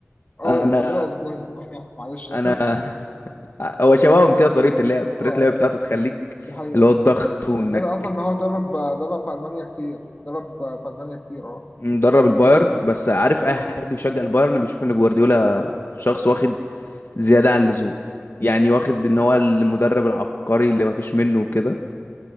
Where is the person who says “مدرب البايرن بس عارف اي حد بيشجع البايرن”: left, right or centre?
Left